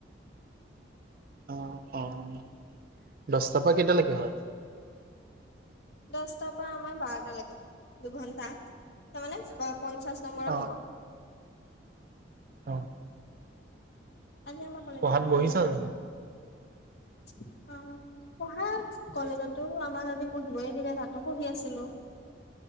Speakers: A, on the right; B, on the left.
A: অঁ, অঁ অ অ উম দশটাৰ পৰা কেইটালৈকে হ'য়?
B: দশটাৰ পৰা আমাৰ বাৰটালৈকে দুঘন্টা। তাৰমানে বা পঞ্চাশ নম্বৰৰ
A: অ
B: হ'ব।
A: অ অ।
B: আজি আমাৰ কলেজত
A: পঢ়াত
B: কি হ'ল
A: বহিছা
B: জানা?
A: জানো
B: ছিট অ অ। পঢ়া কলেজটো আমাৰ আজি পঢ়িবই দিলে তাতো পঢ়ি আছিলোঁ।